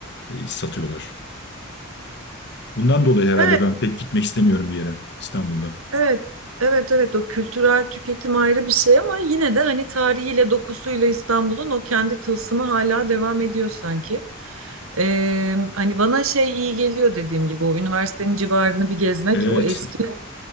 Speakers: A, on the left; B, on the right.
A: e, satıyorlar. Bundan dolayı herhalde
B: Evet.
A: ben pek gitmek istemiyorum bir yere İstanbul'da.
B: Evet, evet, evet o kültürel tüketim ayrı bir şey ama yine de hani tarihiyle dokusuyla İstanbul'un o kendi tılsımı hala devam ediyor sanki. Ee, hani bana şey iyi geliyor dediğim gibi o üniversitenin civarını bir gezmek,
A: Evet,
B: o eski